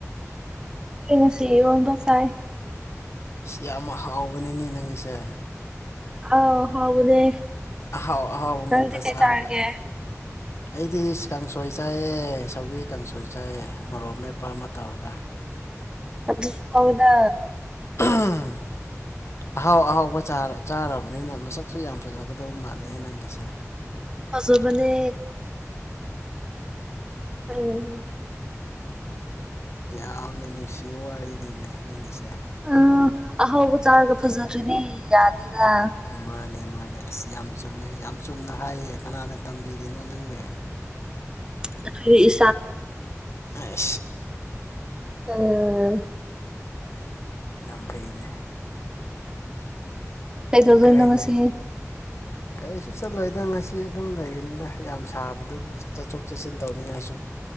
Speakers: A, on the right; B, on the left.
A: ꯑꯩ ꯉꯁꯤ ꯑꯦꯔꯣꯟꯕ ꯆꯥꯏ
B: ꯌꯥꯝ ꯍꯥꯎꯕꯅꯤꯅꯦ ꯅꯪꯒꯤꯁꯦ
A: ꯑꯥꯎ ꯍꯥꯎꯕꯅꯦ
B: ꯑꯍꯥꯎ ꯑꯍꯥꯎꯗ
A: ꯅꯪꯗꯤ ꯀꯩ
B: ꯆꯒ
A: ꯆꯥꯔꯒꯦ
B: ꯑꯩꯗꯤ ꯀꯥꯡꯁꯣꯏ ꯆꯥꯏꯑ ꯁꯧꯒꯔꯤ ꯀꯥꯡꯁꯣꯏ ꯆꯥꯏꯑ ꯃꯣꯔꯣꯛ ꯃꯦꯞꯄ ꯑꯃ ꯇꯧꯔꯒ
A: ꯑꯗꯨꯁꯨ ꯍꯗ
B: ꯎꯝ ꯑꯍꯥꯎ ꯑꯍꯥꯎꯕ ꯆꯥꯔꯕꯅꯤꯅ ꯃꯁꯛꯁꯨ ꯌꯥꯝ ꯐꯖꯒꯗꯧ ꯃꯥꯜꯂꯦ ꯅꯪꯒꯤꯁꯦ <inaudible>
A: ꯐꯖꯕꯅꯦ ꯎꯝ
B: ꯌꯥꯝꯅ ꯅꯨꯡꯁꯤꯕ ꯋꯥꯔꯤꯅꯤꯅꯦ ꯅꯪꯒꯤꯁꯦ
A: ꯎꯝ ꯑꯍꯥꯎꯕ ꯆꯥꯔꯒ ꯐꯖꯗ꯭ꯔꯗꯤ ꯌꯥꯗꯦꯗ
B: ꯃꯥꯅꯦ ꯃꯥꯅꯦ ꯑꯁ ꯌꯥꯝ ꯆꯨꯝꯃꯦ ꯌꯥꯝ ꯆꯨꯝꯅ ꯍꯥꯏꯌꯦ ꯀꯅꯥꯅ ꯇꯝꯕꯤꯔꯤꯅꯣ ꯅꯪꯅꯦ
A: ꯑꯩꯈꯣꯏ
B: ꯑ
A: ꯎꯝ
B: ꯌꯥꯝ ꯐꯩꯅꯦ
A: ꯀꯩꯗꯧꯗꯣꯏꯅꯣ
B: ꯀꯥꯏꯂ
A: ꯉꯁꯤ
B: ꯀꯔꯤꯁꯨ ꯆꯠꯂꯣꯏꯗ ꯉꯁꯤ ꯑꯗꯨꯝ ꯂꯩꯕꯅꯤꯅ ꯌꯥꯝ ꯁꯥꯕꯗꯨꯕꯨ ꯆꯠꯊꯣꯛ ꯆꯠꯁꯤꯟ ꯇꯧꯅꯤꯡꯉꯥꯏꯁꯨ